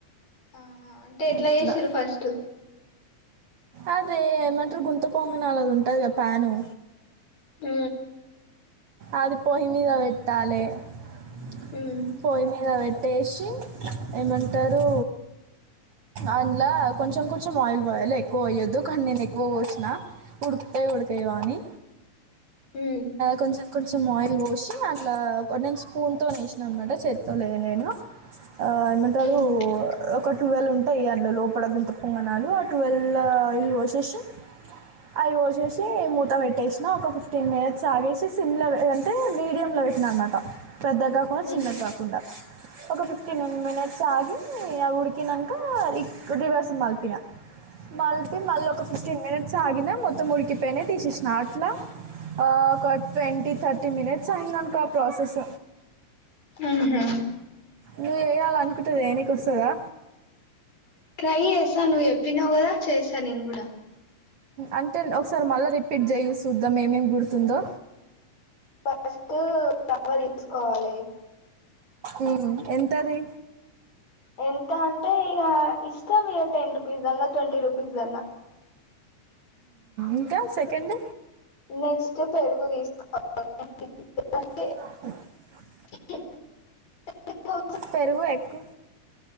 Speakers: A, on the left; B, on the right.
A: ఆహా అంటే ఎట్లా
B: ఇట్లా
A: వసిరు ఫస్ట్
B: అదే ఏమంటారు గుంత పొంగని అలా ఉంటది ప్యాను
A: ఉ
B: అది పొయ్యి మీద వెట్టాలే పొయి మీద
A: ఉమ్
B: పొయ్యి మీద పెట్టేసి ఏమంటారు అందుల కొంచెం కొంచెం ఆయిల్ పొయ్యాలి క ఎక్కువ పోయ్యొద్దు కానీ నేను ఎక్కువ పోసిన ఉడుకుతాయా ఉడకయో అని
A: ఉమ్
B: కొంచెం కొంచెం ఆయిల్ పోసి అట్లా నేను స్పూను తోటి వేసి అనమాట చేతితో అయ్యా లేదు నేను ఆ ఏమంటారు
A: ఉమ్
B: ఒక టువెల్వ్ ఉంటాయి అందులో లోపల గుంపు పొంగణాలు ఆ టువెల్ ఆయిల్ వసేసి ఆయిల్ పోసేసి మూత పెట్టేసినా ఒక ఫిఫ్టీన్ మినిట్స్ ఆగేసి సిమ్ ల అంటే మీడియం లో పెట్టినా అనమాట పెద్దగా కాకుండా చిన్నది
A: ఉమ్
B: కాకుండా ఒక ఫిఫ్టీన్ మినిట్స్ ఆగి ఉడికినాక రివర్స్ మగిన మళ్ళ మళ్ళీ ఒక ఫిఫ్టీన్ మినిట్స్ ఆగిన మొత్తం ఉడికి పెనే తీసేసిన అట్లా ఒక ట్వంటీ థర్టీ మినిట్స్ అయింద మొత్తం ప్రాసెస్
A: ఆహా
B: నువ్వు చేయొద్దు చాలా అనుకుంటది చెయ్యనికి వస్తుందా
A: ట్రై చేసా నువ్వు చెప్పినా కదా చేసా నేను కూడా
B: అంటే ఒకసారి మళ్ళా రిపీట్ చేయి చూద్దాం ఏమేమి గుర్తుందో
A: ఫస్ట్ తవ తీసుకోవాలి
B: ఉ ఎంత అది
A: ఎంత అంటే ఇక ఇష్టం మీ టెన్ రూపీస్ దన్నా ట్వంటీ రూపీస్ దన్నా
B: ఇంకా సెకండ్
A: నెక్స్ట్ పెరుగు తీసుకోవాలి
B: వాటర్ సౌండ్
A: చికెన్ తీసికోవాలి
B: పెరుగు ఎగ్గు